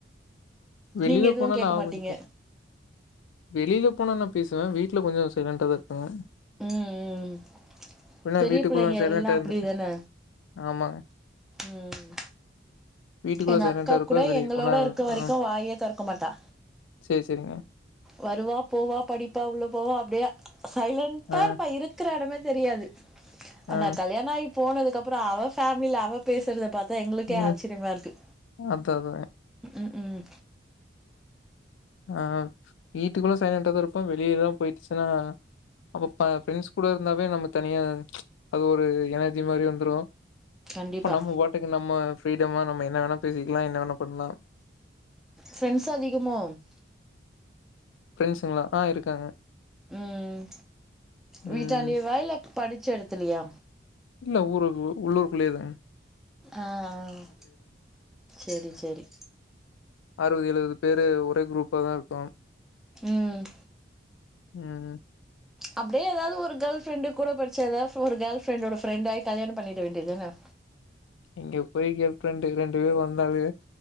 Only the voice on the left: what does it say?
வெளில
போனா
நா
<unintelligible> வெளில போனானா பேசுவே வீட்ல கொஞ்ச சைலண்ட்டாக தா இருப்பே
பின்ன
வீட்டுக்குள்ள
சைலண்டா
இருந்துட்டு
ஆமாங்க
வீட்டுக்குள்ள
சைலண்டா
இருப்பே
வெளிய
போனா
ஆ
சேரி சேரிங்க
ஆ
ஆ
ம்
அதா அதா
ஆஹ் வீட்டுக்குல்ல சைலண்ட்டா தான் இருப்போம் வெளியிலலாம் போயிட்ச்சுன்னா அப்போபா ஃப்ரெண்ட்ஸ் கூட இருந்தாவே நம்ம தனியா அது ஒரு எனர்ஜி மாரி வந்துரும்
அப்ப நம்ம வாட்டுக்கு நம்ம <unintelligible> நம்ம என்ன வேணா பேசிக்கலாம் என்ன வேணா பண்லாம்
ஃப்ரெண்ஸ்சுகலா ஆ இருக்காங்க
ம்
இல்ல ஊரு உள்ளூருக்குள்ளேயேதான
அறுவதுயெழுவது பேரு ஒரே குரூப்ப தான் இருக்கும்
உஹம்
இங்க போய் கேர்ள்ஃப்ரெண்டுக்கு ரெண்டு பேர் வந்தாவே